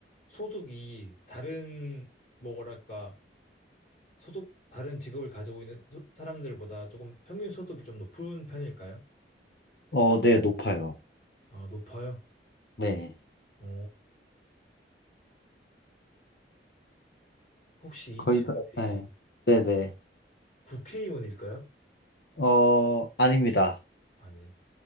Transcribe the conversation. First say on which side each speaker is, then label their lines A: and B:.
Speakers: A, on the left (about 45°); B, on the left (about 65°).
A: 소득이 다른 뭐 뭐랄까 소득 다른 직업을 가지고 있는 소- 사람들보다 조금 평균 소득이 좀 높은 편일까요?
B: 어, 네, 높아요.
A: 아, 높아요.
B: 네.
A: 오, 혹시
B: 거의
A: 이 직업이
B: 다, 네. 네네.
A: 국회의원일까요?
B: 어, 아닙니다.
A: 아니에요.